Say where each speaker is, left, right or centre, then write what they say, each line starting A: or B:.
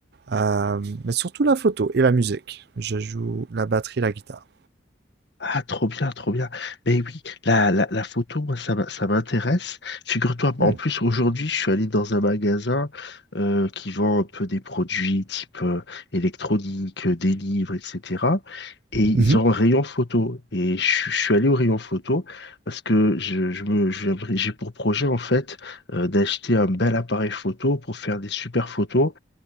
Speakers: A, on the right (about 55°); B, on the left (about 60°).
A: euh, mais surtout la photo et la musique. Je joue la batterie, la guitare.
B: Ah, trop bien, trop bien. Mais oui, la, la, la photo, moi, ça, m'a- ça m'intéresse. Figure-toi, en
A: Hmm.
B: plus, aujourd'hui, je suis allé dans un magasin euh, qui vend un peu des produits type euh, électronique, euh, des livres, etc. Et ils
A: Mhm,
B: ont un rayon photo. Et je, je suis allé au rayon photo parce que je, je me, j'aimerais- j'ai pour projet, en fait, euh, d'acheter un bel appareil photo pour faire des super photos.